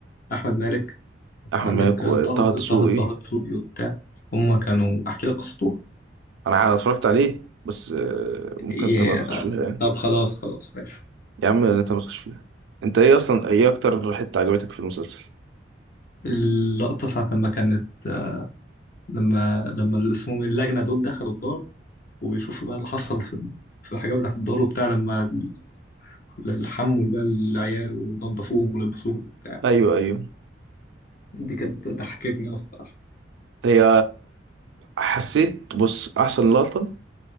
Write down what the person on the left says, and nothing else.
أحمد مالك كان
عندك
آه،
طه
طه طه دسوقي وبتاع هما كانوا أحكي لك قصته
يا-
طب خلاص خلاص ماشي
اللقطة ساعة لما كانت آه، لما لما اللي اسمهم اللجنة دول دخلوا الدار وبيشوفوا بقى اللي حصل في في الحاجات بتاعت الدار وبتاع لما ال- الحمول بقى العيال ونضفوهم ولبسوهم وبتاع
دي كانت ضحكتني أصلا